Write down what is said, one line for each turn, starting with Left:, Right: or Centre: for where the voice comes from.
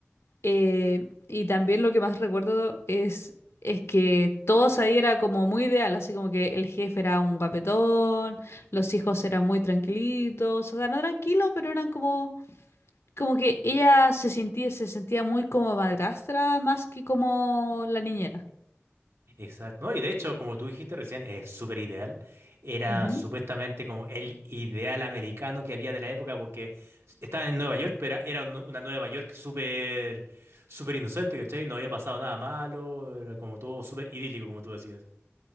Left: Eh, y también lo que más recuerdo es, es que todos ahí era como muy ideal, así como que el jefe era un guapetón, los hijos eran muy tranquilitos, o sea, no tranquilos, pero eran como, como que ella se sentía, se sentía muy como madrastra más que como la niñera.
Right: Exacto. No, y de hecho, como tú dijiste recién, es súper ideal. Era
Left: Ujú.
Right: supuestamente como el ideal americano que había de la época porque estaba en Nueva York, pero era un- una Nueva York súper, súper inocente, ¿cachai? No había pasado nada malo, era como todo súper idílico, como tú decías.